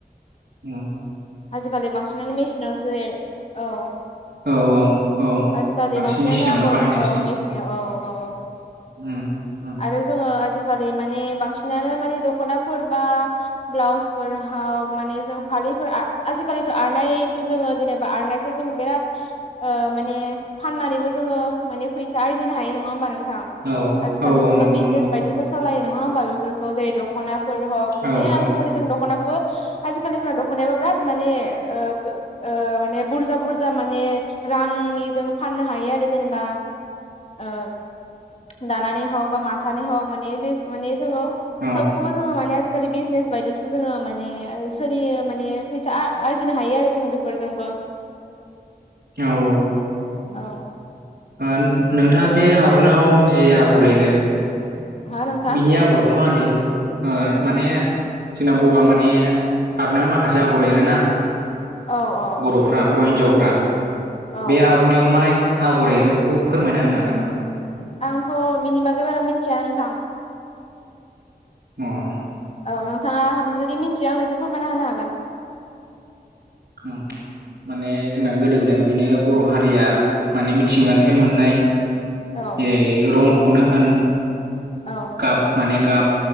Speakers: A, on the right (about 80°); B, on the left (about 40°).
A: औ
B: आजिखालि बांसिनानो मेसिनावसो औ
A: औ अ औ
B: आजिखालि
A: बांसिन
B: बांसिनानो
A: मेसिनावनो
B: आगर
A: बाहायनायसै।
B: औ मेसिनाव औ औ
A: उम उम
B: आरो जोङो आजिखालि माने बांसिनानो माने दख'नाफोर बा ब्लाउसफोर हाव माने जों फालिफोर आ आजिखालिथ' आरनाय बेखो जोङो जेनेबा आरनायखौ जोङो बेराद ओ माने‌ फाननानैबो जोङो माने फैसा आरजिनो हायो नङा होमबा नों
A: औ
B: फालिजोंबा
A: औ औ नंगौ
B: बिजनेस
A: नंगौ
B: बायदिसो
A: औ
B: सलायो नङा होमबा बेफोरखौ जेरै दख'ना फोर हक माने
A: औ
B: आजिखालि
A: औ
B: जों दख'नाखौबो आजिखालि जोंना दख'नायाबो बिराद माने ओ गो ओ माने बुरजा बुरजा माने रांनि जों फाननो हायो आरो जेनेबा ओ दानानै हक बा माथानि हक माने जेस माने जोङो
A: औ
B: सबखौबो जोङो माने‌ आजिखालि बिज नेस बायदिसो जोङो माने ओ सोलियो माने फैसा आ आरजिनो हायो आरो जों बेफोरजोंबो।
A: औ अ
B: औ
A: ओन नोंथाङा बे आर'नायाव जि आगर एरो
B: हा नोंथां
A: बिनि आगरखौ मा होनो इ गौ ओर माने जोंना बर'आ माने आर'नायाव माखासे आगर एरोना
B: औ औ
A: बर'फ्रा बर' हिन्जावफ्रा
B: औ
A: बे आर'नायाव मा एग आगर एरो बेखौ फोरमायना होनो हागोन नामा?
B: आंथ' बिनि बागै बारा मिथिया नोंथां।
A: अ'।
B: औ नोंथाङा जुदि मिथियो आंनो एसे फोरमायना होनो हागोन।
A: उम। माने जोंना गोदो गोदायनिफ्रायनो बर' हारिया माने मिथिंगानिफ्राय मोननाय
B: हागोन
A: जेरै रंखौनो होन
B: औ
A: गाब माने गाब